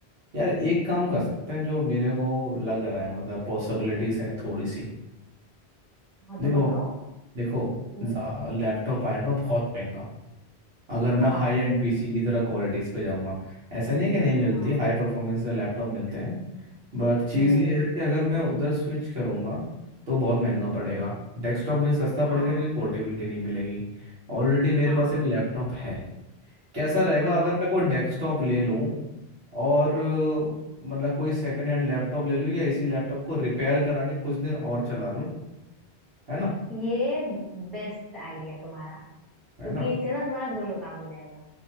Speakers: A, on the right (about 70°); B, in the centre.
A: यार एक काम कर सकते हैं जो मेरे को लग रहा है मतलब पॉसिबिलिटीज है थोड़ी सी
B: हाँ तो
A: देखो
B: बताओ
A: देखो
B: हम्म
A: लैपटॉप आएगा बहुत महंगा अगर मैं
B: हाँ
A: हाई एंड पीसी की तरह क्वालिटीज़ पे जाऊँगा ऐसा नहीं है कि नहीं मिलती
B: हाँ
A: हाई परफॉर्मेंस के लैपटॉप मिलते हैं बट चीज़
B: हम्म
A: ये है कि अगर मैं उधर स्विच करूँगा तो बहुत महंगा पड़ेगा
B: हम्म
A: डेस्कटॉप मुझे सस्ता पड़ेगा
B: हाँ
A: लेकिन पोर्टेबिलिटी नहीं मिलेगी ऑलरेडी मेरे
B: हाँ
A: पास एक लैपटॉप है कैसा रहेगा
B: हाँ
A: अगर मैं कोई डेस्कटॉप ले लूँ और अ, मतलब कोई सेकेंड हैंड लैपटॉप ले लूँ या इसी लैपटॉप को रिपेयर करा के कुछ दिन और चला लूँ है ना
B: ये बेस्ट आइडिया तुम्हारा
A: है
B: क्योंकि
A: ना
B: इससे ना तुम्हारा दोनों काम हो जाएगा